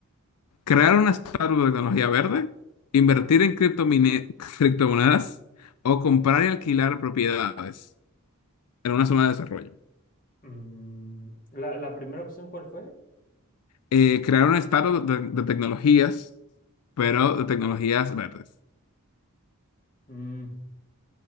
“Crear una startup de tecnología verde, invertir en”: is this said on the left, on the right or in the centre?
Left